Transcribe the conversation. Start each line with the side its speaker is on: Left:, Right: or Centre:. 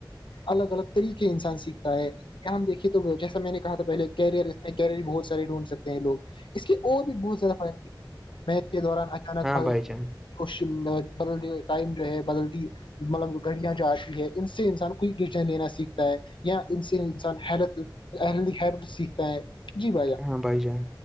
Left: الگ الگ طریقے انسان سیکھتا ہے کیا ہم دیکھیے تو جیسا میں نے کہا تھا پہلے کیریئر کہہے بہت سارے ڈھونڈ سکتے ہیں لگ اس کے اور بھی بہت زیادہ فائدے ہیں میت کے دوران اچانک
Centre: ہاں
Left: بھ
Centre: بھائی جان
Left: کش بدلتی ٹائم جو ہے بدلتی مطلب گھڑیاں جو آتی ہے ان سے انسان کوئی ڈیزائن لینا سیکھتا ہے یا ان سے انسانل ہیل ہیٹ سیکھتا ہے جی بھیا
Centre: ہاں بائی جان